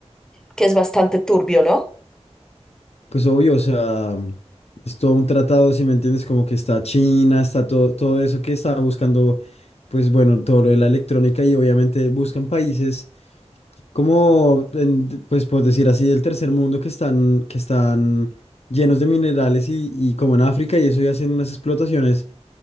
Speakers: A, in the centre; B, on the left (about 65°).
A: que es bastante turbio, ¿no?
B: pues obvio, o sea, mm, es todo un tratado, si me entiendes, como que está China, está todo, todo eso que está buscando, pues bueno, todo lo de la electrónica y obviamente buscan países como, en- pues por decir así, del tercer mundo que están, que están llenos de minerales y, y como en África y eso ya hacen unas explotaciones